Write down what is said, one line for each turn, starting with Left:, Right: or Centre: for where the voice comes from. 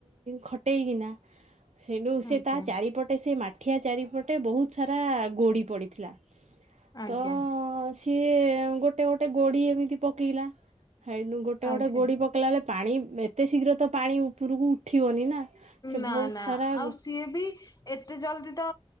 Right: ଖଟେଇକିନା ସେନୁ ସେ
Left: ଆଜ୍ଞା
Right: ତା ଚାରିପଟେ ସେ ମାଠିଆ ଚାରିପଟେ ବୋହୁତ୍ ସାରା ଗୋଡ଼ି ପଡ଼ିଥିଲା।
Left: ଆଜ୍ଞା
Right: ତ ସିଏ ଗୋଟେ ଗୋଟେ ଗୋଡି ଏମିତି ପକେଇଲା ସେନୁ ଗୋଟା
Left: ଆଜ୍ଞା
Right: ଗୋଟା ଗୋଡି ପକେଇଲା ବେଲେ ପାଣି ଇଁ -ଏତେ ଶୀଘ୍ର ତ ପାଣି ଉପୁରୁକୁ ଉଠିବନି ନା ସେ
Left: ନା
Right: ଭୋଉତ୍
Left: ନା
Right: ସାରା
Left: ଆଉ ସିଏ ବି ଏତେ ଜଲ୍ଦି ତ